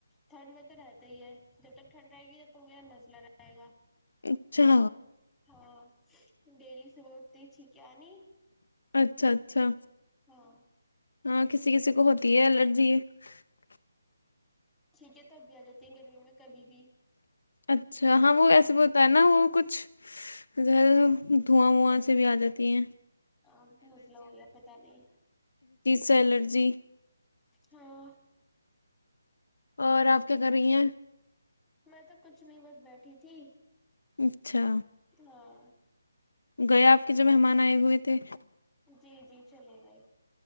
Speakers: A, in the centre; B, on the left.
A: ٹھنڈ میں تو رہتا ہی ہے جب تک ٹھنڈ رہے گی تب تو میرا نزلہ رہئے گا
B: اچھا
A: ہاں ڈیلی سے بٹتی چ کیا نہیں
B: اچھا اچھا
A: ہاں
B: ہاں کسی کسی کو ہوتا تی ہے اللرجی ہے <unintelligible>
A: ٹھیک ہے تو اب بھی آ جاتی ہیں گرمی میں کبھی بھی
B: اچھا ہاں وہ ایسے بولتا ہے نا وہ کچھ ز دھواں وواں سے بھی آ جاتی ہیں
A: آ مزلہ ہو گیا پت نہیں
B: سیلر جی
A: ہاں
B: اور آپ کیا کر رہی ہیں
A: میں تو کچھ نہیں بس بیٹھی تھی
B: اچھا
A: ہاں
B: گیا آپ کے جو مہمان آئے ہوئے تھے
A: جی جی چلے گئے